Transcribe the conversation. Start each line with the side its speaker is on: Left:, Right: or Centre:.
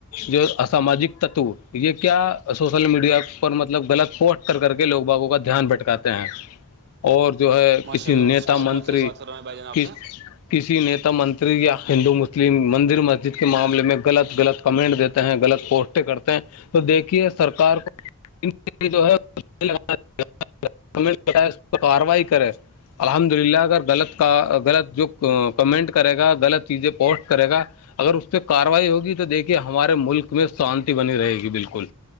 Left: جو اسساماجک تتو یہ کیا سوشل میڈیا پر مطلب غلط پوسٹ کر کے لوگ باابوں کا دھیان بھٹکاتے ہیں
Right: <inaudible>
Left: اور جو ہے
Right: ماشاء
Left: کسی
Right: اللہ
Left: نیتا
Right: ماشاء اللہ
Left: منتری
Right: بہت صحیح بات کر رہے ہیں بھائی جان آپ
Left: کس
Right: نے
Left: کسی ن منتری یا ہندو مسلم مندر مسجد کے معاملے میں غلط غط کمنٹ دیتے ہیں غلط پوسٹ کرتے ہیں تو دیکھیے سرکار کو جو ہےا گ کارروائی کرے <inaudible> الحمد للہ اگر غلط کا غلط جو کمنٹ کرے گا غلط چیزیں پوسٹ کرے گا اگر اس پہ کاروائی ہوگی تو دیکھیے ہمارے ملک میں شانتی بنی رہے گی بالکل